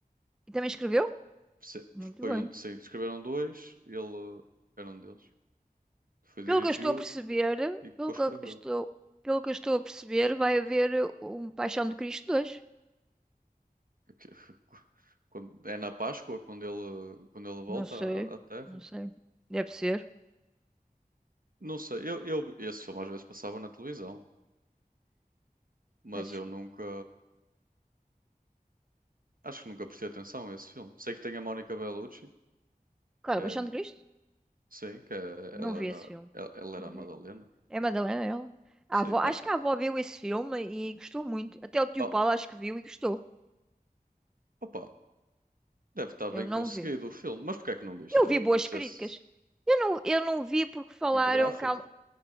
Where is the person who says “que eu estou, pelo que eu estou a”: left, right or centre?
Centre